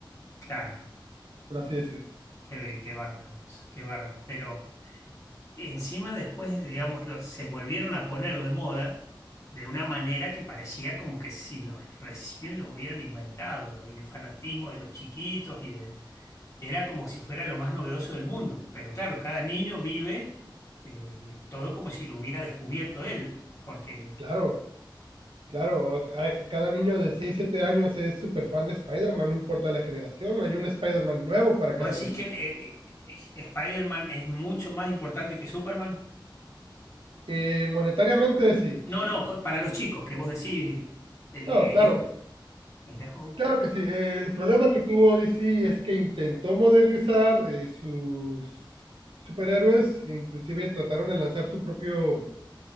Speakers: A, on the left (about 40°); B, on the right (about 80°).
A: claro,
B: por así decir.
A: qué, qué bárbaro eso, qué bárbaro, Pero Y encima después, digamos digámoslo, se volvieron a poner de moda de una manera que parecía como que si los recién los hubieran inventado y el fanatismo de los chiquitos y de... era como si fuera lo más novedoso del mundo. Pero claro, cada niño vive eh, todo como si lo hubiera descubierto él, porque
B: Claro, claro, hay- cada niño de 6 7 años es súper fan de Spider-Man, no importa la generación, hay un Spider-Man nuevo para
A: vos
B: cada niño.
A: decís que eh, eh, eh, Spider-Man es mucho más importante que Superman.
B: Eh, monetariamente, sí.
A: No, no, co- para los chicos, que vos decís, el,
B: No,
A: el
B: claro,
A: que es... Mirá, vos,
B: claro que sí. Eh, el problema que tuvo DC es que intentó modernizar eh, sus superhéroes, inclusive trataron de lanzar su propio